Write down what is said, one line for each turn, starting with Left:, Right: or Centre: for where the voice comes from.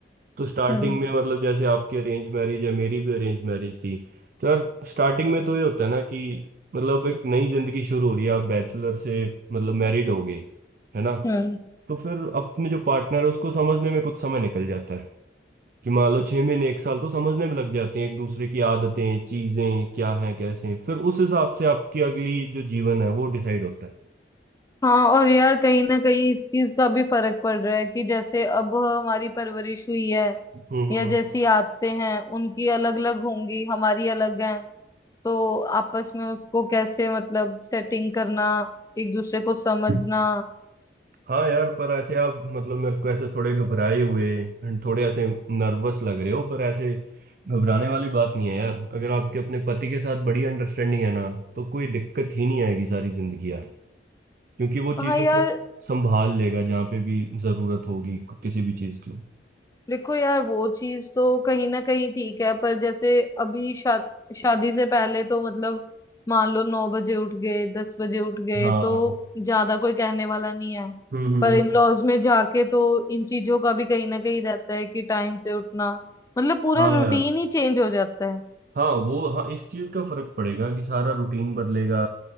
Right: तो स्टार्टिंग
Left: हम्म
Right: में मतलब जैसे आपकी अरेंज मैरिज है मेरी भी अरेंज मैरिज थी तो यार स्टार्टिंग में तो ये होता है ना कि मतलब एक नई जिंदगी शुरू हो रही है आप बैचलर से मतलब मैरिड हो गए है ना
Left: हम्म
Right: तो फिर अपने जो पार्टनर है उसको समझने में कुछ समय निकल जाता है कि मान लो छह महीने एक साल तो समझने में लग जाते हैं एक दूसरे की आदतें चीजें क्या हैं कैसे हैं फिर उस हिसाब से आपकी अगली जो जीवन है वो डिसाइड होता है
Left: हाँ और यार कहीं ना कहीं इस चीज का भी फर्क पड़ रहा है कि जैसे अब हमारी परवरिश हुई है
Right: हम्म
Left: या जैसी आदतें हैं उनकी अलग अलग होंगी हमारी अलग है तो आपस में उसको कैसे मतलब सेटिंग करना एक दूसरे को समझना
Right: हम्म हाँ यार पर ऐसे आप मतलब मेरे को ऐसे थोड़े घबराए हुए and थोड़े ऐसे नर्वस लग रहे हो पर ऐसे घबराने वाली बात नहीं है यार अगर आपके अपने पति के साथ बड़ी अंडरस्टैंडिंग है ना तो कोई दिक्कत ही नहीं आएगी सारी जिंदगी यार क्योंकि वो
Left: हाँ
Right: चीजें
Left: यार
Right: एक संभाल लेगा जहाँ पे भी जरूरत होगी किसी भी चीज की
Left: देखो यार वो चीज तो कहीं ना कहीं ठीक है पर जैसे अभी शा, शादी से पहले तो मतलब मान लो नौ बजे उठ गए दस बजे उठ गए
Right: हाँ
Left: तो ज्यादा कोई कहने वाला नहीं है
Right: हम्म हम्म
Left: पर
Right: हम्म।
Left: इन लॉज में जाके तो इन चीजों का भी कहीं ना कहीं रहता है कि टाइम से उठना मतलब पूरा
Right: हाँ
Left: रूटीन
Right: यार
Left: ही चेंज हो जाता है
Right: हाँ वो हाँ इस चीज का फर्क पड़ेगा कि सारा रूटीन बदलेगा